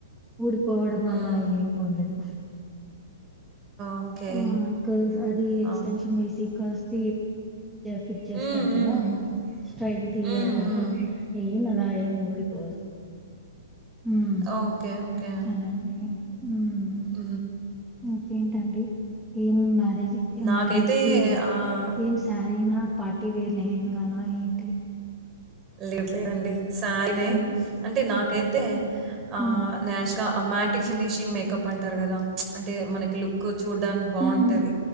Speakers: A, in the centre; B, on the right.
A: ఊడిపోవడం
B: హ్మ్.
A: అలా ఏం ఉండదు
B: ఓకే.
A: ఆ క అది ఎక్స్టెన్షన్
B: ఆ
A: వేసి కస్త ఫిట్ చేస్తారు
B: హ్మ్. హ్మ్.
A: కదా
B: హ్మ్.
A: స్ట్రైట్ దియలా
B: హ్మ్. హ్మ్.
A: ఏం అలా ఏం ఊడిపోదు హ్మ్.
B: ఓకే ఓకే
A: అలా అండి. హ్మ్.
B: అ
A: ఇంకేంటండి ఏం మ్యారేజ్
B: నాకైతే
A: మ్యారేజ్ కి
B: ఆహ్,
A: ఏం స సరైనా పార్టీ వేర్లు ఏంగానా ఏంటి
B: లేవ్ లేవ అండి సారనే
A: హ్మ్.
B: అంటే నాకైతే ఆ
A: హ్మ్.
B: నేష్గా ఆ మ్యాటి ఫినిషింగ్ మేకప్ అంటారు కదా అంటే మనకి లుక్ చూడ్డానికి బాగుంటుంది
A: హ్మ్.